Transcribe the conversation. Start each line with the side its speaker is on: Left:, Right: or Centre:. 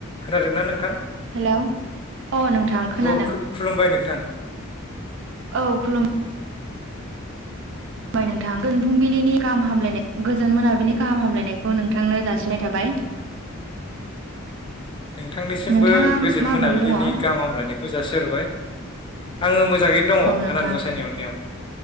Left: खोनादोंना नोंथां?
Right: हेलौ अ नोंथां खोनादों
Left: औ खु- खुलुमबाय नोंथां
Right: औ खुलुम बाय नोंथां गोजोन फुंबिलिनि गाहाम हामलायनाय गोजोन मोनाबिलि गाहाम हामलायनायखौ नोंथांनो जासिबाय थाबाय।
Left: नोंथांनिसिमबो
Right: नोंथाङा
Left: गोजोन
Right: माबोरै
Left: मोनाबिलिनि
Right: दङ औ
Left: गाहाम हामलायनायखौ जासिहरबाय। आङो मोजाङैनो दङ
Right: नोंथां
Left: आनान गसाइनि अननायाव।